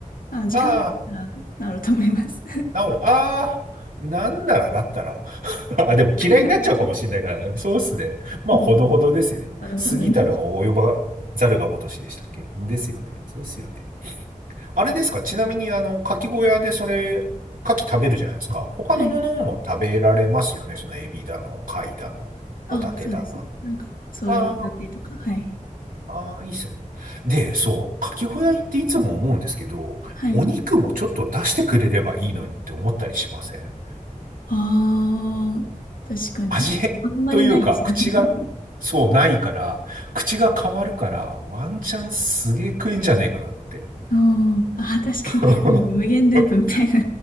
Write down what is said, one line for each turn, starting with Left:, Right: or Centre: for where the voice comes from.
Left: まあ、時間経ったら治ると思います。
Right: あああ治る。ああ、なんならだったら。<laughs> あ、でも嫌いになっちゃうかもしれないからね。
Left: <laughs>
Right: そうっすね。まあ、
Left: うん。
Right: ほどほどですよね。
Left: <laughs> ほどほどに。
Right: 過ぎたるは及ばざるが如しでしたっけですよね。そうですよね。あれですかちなみに、あの、牡蠣小屋でそれ、牡蠣食べるじゃないですか。他のものも食べられますよね。
Left: はい。
Right: そのエビだの、貝だの、
Left: あ、
Right: ホタテだの。
Left: そうです。なんか、そういうホタテとか、
Right: あ
Left: はい。
Right: あ、ああ、いいっすよね。で、そう、牡蠣小屋行っていつも思うんですけど、
Left: はい。
Right: お肉もちょっと出してくれればいいのにって思ったりしません
Left: ああ、確かに。
Right: 味変というか、
Left: あんまりないですよね。
Right: 口が、
Left: <laughs>
Right: そう、ないから、口が変わるから、ワンチャンすげえ食えんじゃねえかなって。
Left: あーあー、
Right: <laughs>
Left: 確かに。<laughs> もう無限ループみたいな。